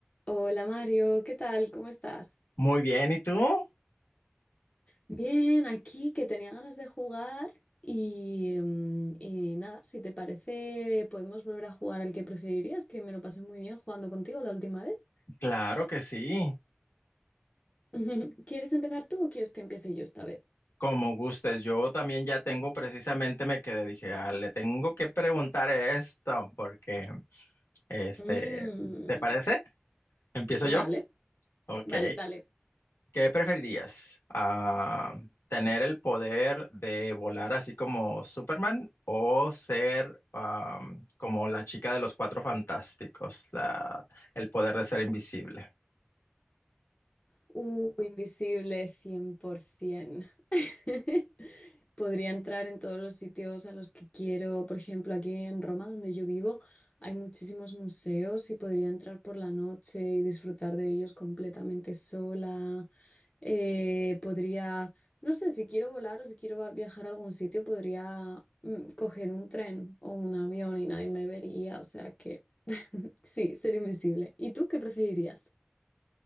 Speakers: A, on the left; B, on the left.
A: Hola Mario, ¿qué tal? ¿Cómo estás?
B: Muy bien, ¿y tú?
A: Bien, aquí que tenía ganas de jugar y, mm, y nada, si te parece, podemos volver a jugar al que preferirías, que me lo pasé muy bien jugando contigo la última vez.
B: Claro que sí,
A: <laughs> ¿Quieres empezar tú o quieres que empiece yo esta vez?
B: como gustes. Yo también ya tengo precisamente, me quedé, dije, ah, le tengo que preguntar esto, porque, este,
A: Mm,
B: ¿te parece? ¿Empiezo
A: vale,
B: yo? Ok.
A: vale, dale.
B: ¿Qué preferirías? Ah, ¿tener el poder de volar así como Superman o ser ah, como la chica de los cuatro fantásticos, la, el poder de ser invisible?
A: Uh, invisible, 100%. <laughs> Podría entrar en todos los sitios a los que quiero. Por ejemplo, aquí en Roma, donde yo vivo, hay muchísimos museos y podría entrar por la noche y disfrutar de ellos completamente sola. Eh, podría, no sé, si quiero volar o si quiero va- viajar a algún sitio, podría mm, coger un tren o un avión y nadie me vería. O sea que <laughs> sí, ser invisible. ¿Y tú qué preferirías?